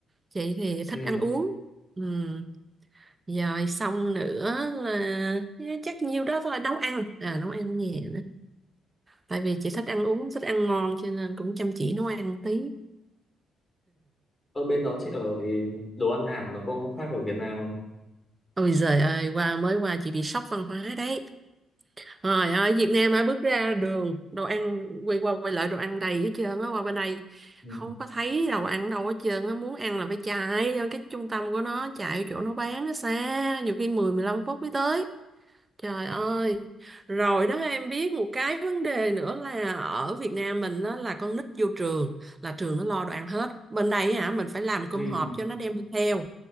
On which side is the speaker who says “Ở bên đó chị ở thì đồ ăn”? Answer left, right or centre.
Centre